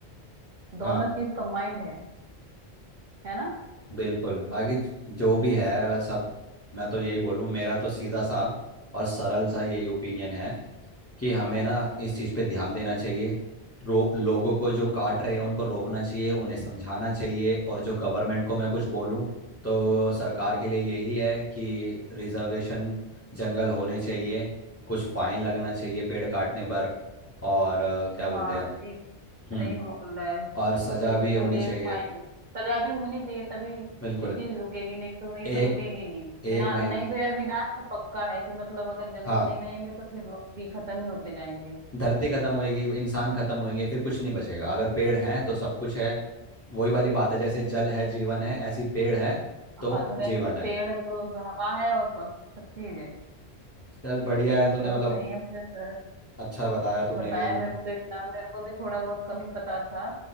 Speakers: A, on the right; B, on the left.
A: दोनों
B: हाँ
A: चीज कंबाइंड है है ना
B: बिल्कुल बाकी जो भी है सब मैं तो यही बोलूँ मेरा तो सीधा सा और सरल सा यही ओपिनियन है कि हमें ना इस चीज़ पे ध्यान देना चाहिए रो, लोगों को जो काट रहे हैं उनको रोकना चाहिए उन्हें समझाना चाहिए और जो गवर्नमेंट को मैं कुछ बोलूं तो सरकार के लिए यही है कि रिजर्वेशन जंगल होने चाहिए कुछ फाइन लगना चाहिए पेड़ काटने पर और अ, क्या बोलते
A: हाँ
B: हैं
A: सही
B: हम्म
A: सही बोल रहा है
B: और सजा
A: उसे उसके
B: भी होनी
A: लिए
B: चाहिए
A: फाइन सजा भी होनी चाहिए तभी
B: बिल्कुल
A: ये चीज रुकेगी नहीं तो ये
B: एक
A: तो रुकेगी नहीं बिना
B: एक महीना
A: नहीं तो यार विनाश तो पक्का है कि मतलब अगर जंगल
B: हाँ
A: नहीं रहेंगे तो फिर लोग भी खत्म ही होते जाएंगे
B: धरती खत्म होएगी इंसान खत्म होएंगे फिर कुछ नहीं बचेगा अगर पेड़ हैं तो सब कुछ है वही वाली बात है जैसे जल है जीवन है ऐसी पेड़ है तो
A: हाँ तो वैसे
B: जीवन है
A: पेड़ है तो हवा है और प- सब चीज है
B: चल बढ़िया है तूने
A: चल
B: मतलब
A: सही है मुझे तो
B: अच्छा बताया तूने
A: बताया
B: भी हाँ
A: मेरे को तो इतना मेरे को भी थोड़ा बहुत कम ही पता था